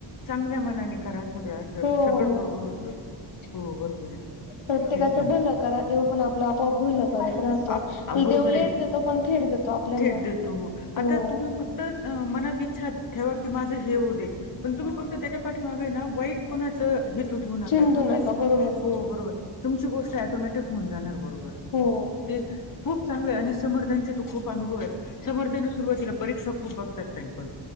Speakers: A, on the left; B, on the left.
A: चांगल्या मनाने करा. सगळं असं
B: हो
A: सगळं
B: हो
A: बरोबर होतं. हो बरोबर आहे.
B: प्रत्येकाचं
A: तेच
B: भलं करा. देव पण आपलं आपोआप भलं
A: ना
B: करत राहतो.
A: बरोबर
B: देव लेट
A: आहे
B: देतो पण थेट देतो. आपल्याना
A: थेट देतो हो
B: हो
A: आता तुम्ही फक्त तर मनात इच्छा ठेवा की, माझं हे होऊदे पण तुम्ही, फक्त त्याच्या पाठीमागे ना वाईट कोणाचं हेतू ठेवू नका.
B: चिंतू
A: तुमची
B: बरोबर आहे
A: हो. बरोबर तुमची गोष्ट ॲटोमॅटिक होऊन जाणार बरोबर
B: हो
A: ते खूप चांगलं आहे. आणि समर्थांचे तू खूप अनुभव आहे. समर्थने सुरुवातीला परीक्षा खूप बघतात. ताई पण